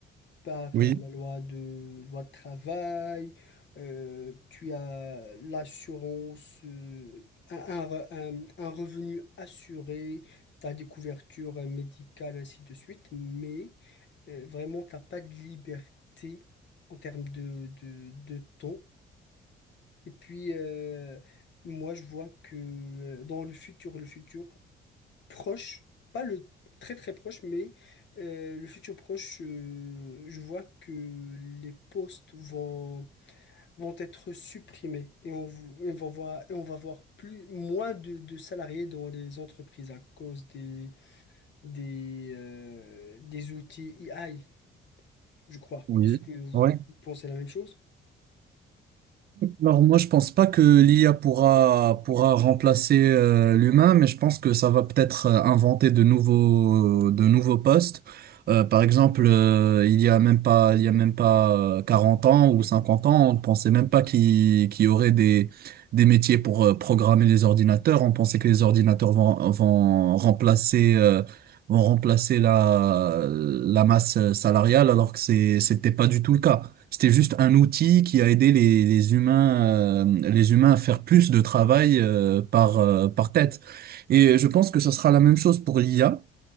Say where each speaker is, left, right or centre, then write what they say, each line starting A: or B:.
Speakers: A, on the left (about 65°); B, on the right (about 50°).
A: par
B: Oui,
A: euh, la loi de, loi de travail, euh, tu as l'assurance, euh, un, un re- un- un revenu assuré, tu as des couvertures euh, médicales, ainsi de suite, mais euh, vraiment, tu n'as pas de liberté en termes de, de, de temps. Et puis, euh, moi, je vois que euh, dans le futur, le futur, proche, pas le très très proche, mais euh, le futur proche, euh, je vois que les postes vont, vont être supprimés et on, vou- et va voir, et on va voir plus, moins de, de salariés dans les entreprises à cause des, des, euh, des outils AI, je crois.
B: oui.
A: Est-ce que vous
B: ouais
A: pensez la même chose?
B: Alors moi je pense pas que l'IA pourra pourra remplacer euh, l'humain, mais je pense que ça va peut-être euh, inventer de nouveaux euh, de nouveaux postes. Euh, par exemple, euh, il y a même pas il y a même pas euh, 40 ans ou 50 ans, on ne pensait même pas qu'il qu'il y aurait des des métiers pour euh, programmer les ordinateurs. On pensait que les ordinateurs vont vont remplacer euh, vont remplacer la, la masse salariale, alors que c'est, c'était pas du tout le cas. C'était juste un outil qui a aidé les, les humains, euh, les humains à faire plus de travail euh, par, euh, par tête. Et je pense que ce sera la même chose pour l'IA.